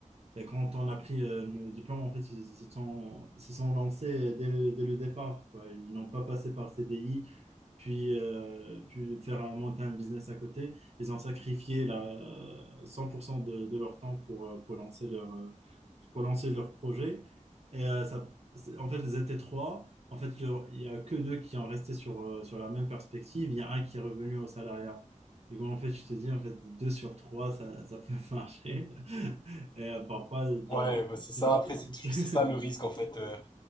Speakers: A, on the right (about 50°); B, on the left (about 35°).
A: Et quand on a pris euh, nos diplômes, en fait, ils se sont, ils se sont lancés dès, dès le départ, quoi. Ils n'ont pas passé par CDI, puis, euh, puis faire un- monter un business à côté. Ils ont sacrifié la, 100% de, de leur temps pour, euh, pour lancer leur, euh, pour lancer leur projet. Et euh, ça, c'est- en fait, ils étaient trois. En fait, il y a- il y a que deux qui en restaient sur, euh, sur la même perspective. Il y a un qui est revenu au salariat. Du coup, en fait, je te dis, en fait, deux sur trois, ça, ça peut <laughs> marcher. Et euh, parfois, t'as-
B: Ouais, bah, c'est ça.
A: <laughs>
B: Après, c'est tout- c'est ça le risque en fait. Euh,